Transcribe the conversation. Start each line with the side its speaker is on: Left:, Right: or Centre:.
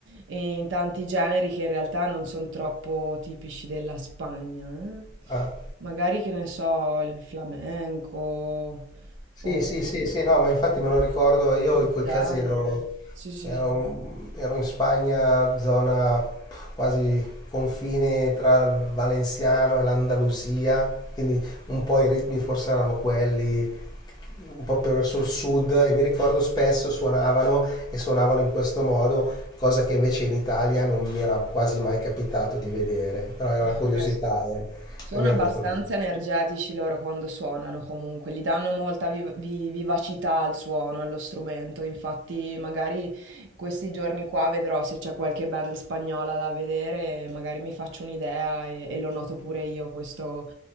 Right: e in tanti generi che in realtà non sono troppo tipici della Spagna. eh.
Left: Ah.
Right: Magari che ne so, il flamenco o
Left: Sì,
Right: o
Left: sì, sì, sì, no, ma infatti me lo ricordo, io
Right: del
Left: in quei
Right: genere.
Left: casi ero,
Right: Sì, sì,
Left: ero,
Right: sì.
Left: ero in Spagna, zona pff, quasi confine tra il Valenziano e l'Andalusia, quindi un po' i ritmi forse erano quelli, un po' più verso il sud, e mi ricordo spesso suonavano e suonavano in questo modo, cosa che invece in Italia non mi era quasi mai capitato di vedere, però era
Right: No,
Left: una curiosità,
Right: eh,
Left: eh.
Right: Sono
Left: La mia
Right: abbastanza
Left: era una curiosità.
Right: energetici loro quando suonano comunque, gli danno molta viv- vi- vivacità al suono, allo strumento, infatti magari questi giorni qua vedrò se c'è qualche band spagnola da vedere, magari mi faccio un'idea e, e lo noto pure io questo,